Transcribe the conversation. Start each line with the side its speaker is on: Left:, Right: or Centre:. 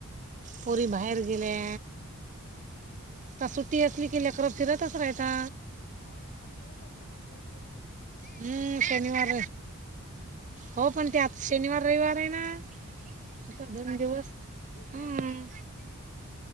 Left: हो का
Right: पोरी बाहेर गेल्या.
Left: हम्म
Right: आता सुट्टी असली की लेकरं फिरतच राहता.
Left: हो पागल करतात घरी असली की. नाही आज
Right: हम्म
Left: शाळा लागल्या
Right: शनिवार
Left: ना?
Right: हो पण ते आज शनिवार रविवार आहे ना. आता दोन दिवस
Left: उघडते
Right: हम्म
Left: एक मिनिट?